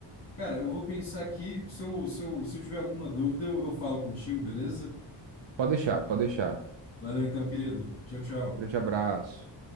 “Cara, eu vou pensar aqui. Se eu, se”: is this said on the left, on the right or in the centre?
Left